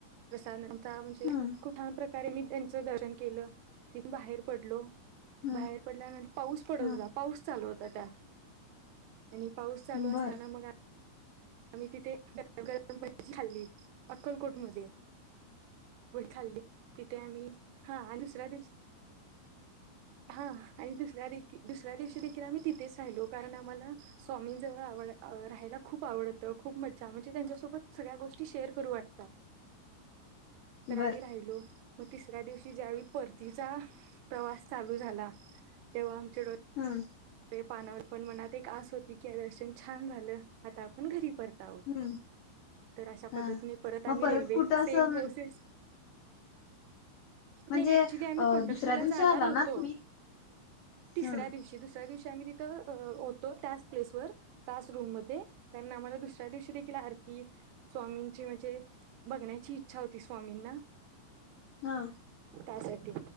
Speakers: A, on the right; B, on the left.
A: <unintelligible> त्या म्हणजे
B: हम्म
A: खूप <unintelligible> कारण मी त्यांचं धोरण केलं बाहेर पडलो
B: हम्म
A: बाहेर पडल्यानंतर पाऊस पडत
B: हम्म
A: होता पाऊस चालू होता त्यात आणि पाऊस चालू असताना
B: बर
A: मग आम्ही तिथे गरम गरम भजी खाल्ली अक्कलकोटमध्ये <unintelligible> खाल्ली तिथे आम्ही हा दुसऱ्या दिवशी हा आणि दुसऱ्या दे दुसऱ्या दिवशी देखील मी तर आम्ही तिथेच राहिलो कारण आम्हाला स्वामी जवळ आव राहायला खूप आवडत तर खूप मज्जा म्हणजे त्यांच्यासोबत सगळ्या गोष्टी शेअर करू वाटतात. तर
B: बर
A: आम्ही राहिलो. म तिसऱ्या दिवशी ज्यावेळी परतीचा प्रवास चालू झाला तेव्हा डोळे
B: हूं
A: पानावर पण मनात एक आस होत ठीकये दर्शन छान झालं आता आपण घरी परताव
B: हम्म
A: तर अशा पद्धतीने
B: हा
A: परत आम्ही
B: मग
A: रेल्वे
B: कुठं
A: सेम
B: असं
A: प्रोसेस
B: म्हणजे
A: नाही ऍक्च्युली आम्ही
B: अ
A: पंढरपूरला
B: दुसऱ्या दिवशी
A: जाणार
B: आला
A: होतो
B: ना तुम्ही
A: तिसऱ्या
B: हम्म
A: दिवशी दिवशी आम्ही तिथं होतो त्याच प्लेस व त्याच रूम मध्ये कारण आम्हाला दुसऱ्या दिवशी देखील आर कि स्वामींची म्हणजे बघण्याची इच्छा होती स्वामींना
B: हा
A: त्यासाठी